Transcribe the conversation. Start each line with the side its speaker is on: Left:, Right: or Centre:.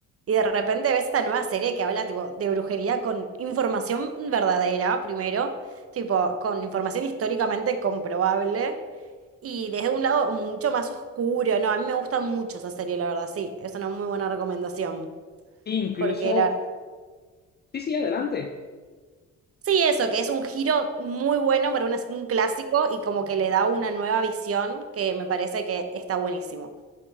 Right: Y de repente ves esta nueva serie que habla tipo, de brujería con información verdadera, primero, tipo, con información históricamente comprobable, y desde un lado mucho más oscuro. No, a mí me gusta mucho esa serie, la verdad, sí. Es una muy buena recomendación.
Left: Sí, Incluso,
Right: Porque la
Left: sí, sí, adelante.
Right: Sí, eso, que es un giro muy bueno para un, un clásico y como que le da una nueva visión que me parece que está buenísimo.